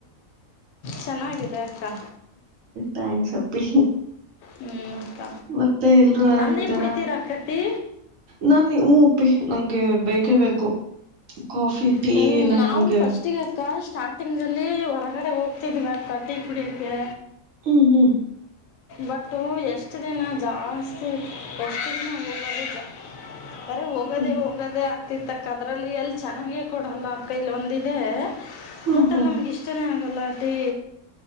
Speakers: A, on the left (about 80°); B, on the right (about 75°).
A: ಚೆನ್ನಾಗಿದೆ ಅಕ್ಕಾ.
B: ಟ್ಯಾಂಕ್ಸ್ ಅಪ್ಪಿ.
A: ಹ್ಞೂ ಅಕ್ಕ
B: ಮತ್ತೆ ಎಲ್ರು ಆರಾಮಿದಾರ.
A: ಅಲ್ಲಿ ಕುಡಿತೀರಾ ಅಕ್ಕ ಟೀ
B: ನಾನಿ ಹ್ಮ್ ಅಪ್ಪಿ ನಂಗೆ ಬೇಕೇ ಬೇಕು ಕಾಫಿ. ಟೀ
A: ಹ್ಮ್
B: ನಂಗೆ
A: ನಾವು ಫಸ್ಟ್ ಅಟ್ಟಿಗೆ ಅಕ್ಕ ಸ್ಟಾರ್ಟಿಂಗಲ್ಲಿ ಹೊರಗಡೆ ಹೋಗ್ತಿದ್ವಿ ಅಕ್ಕ ಟೀ ಕುಡಿಯಕ್ಕೆ.
B: ಹ್ಮ್ ಹ್ಮ್.
A: ಬಟ್ಟ ಎಷ್ಟು ದಿನ ಜಾಸ್ತಿ ಎಷ್ಟು ದಿನ ಹೋಗಲು ಜಾಸ್ ಬರೇ ಹೋಗೋದೆೇ
B: ಹ್ಮ್
A: ಹೋಗೋದೆೇ ಆಗ್ತಿ ತಕ್ಕದ್ರಲ್ಲಿ ಎಲ್ಲಿ ಚೆನ್ನಾಗ ಕೊಡಲ್ಲ ಅಕ್ಕಾ ಇಲ್ಲ ಒಂದಿದೆ
B: ಹಾ
A: ಬಟ್
B: ಹಾ
A: ಅಲ್ಲಿ ನಮ್ಗೆ ಇಷ್ಟನೇ ಆಗಲ್ಲ ಟೀ.